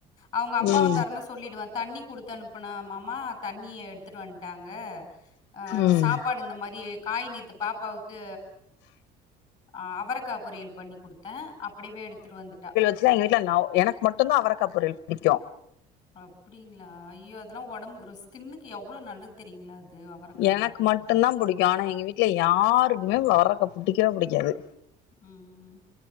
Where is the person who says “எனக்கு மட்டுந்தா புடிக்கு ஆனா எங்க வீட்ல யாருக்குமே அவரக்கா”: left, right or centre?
Left